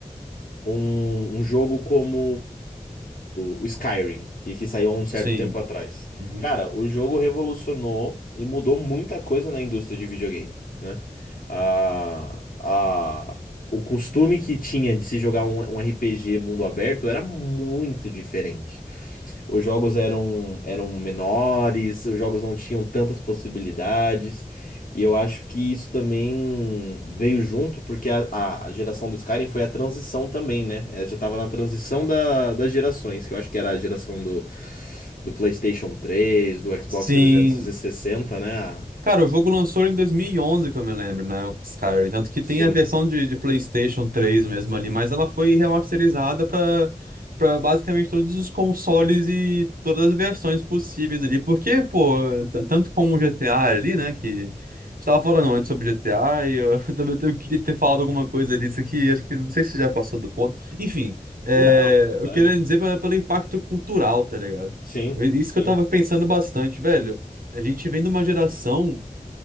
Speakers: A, on the left; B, on the right.
A: um, um jogo como o, o Skyrim, que, que saiu há um certo
B: Sim.
A: tempo atrás.
B: Uhum.
A: Cara, o jogo revolucionou e mudou muita coisa na indústria de videogame, né? A, a, o costume que tinha de se jogar um, um RPG mundo aberto era muito diferente. Os jogos eram, eram menores, os jogos não tinham tantas possibilidades. E eu acho que isso também veio junto, porque a, a a geração do Skyrim foi a transição também, né? Ela já tava na transição da, das gerações, que eu acho que era a geração do, do PlayStation 3, do Xbox
B: Sim.
A: 360, né? A-
B: Cara, o jogo lançou em 2011, que eu me lembro, né? O Skyrim. Tanto que
A: Sim.
B: tem a versão de, de PlayStation três mesmo ali, mas ela foi remasterizada pra, pra basicamente todos os consoles e todas as versões possíveis ali. Porque, pô, t- tanto como o GTA ali, né? Que a gente tava falando antes sobre GTA e eu <laughs> também eu queria ter falado alguma coisa disso aqui. Acho que não sei se já passou do ponto. Enfim, é,
A: Não, vontade.
B: eu queria dizer pela- pelo impacto cultural, tá ligado?
A: Sim,
B: Eu- Isso
A: sim,
B: que eu tava pensando bastante, velho. A gente vem de uma geração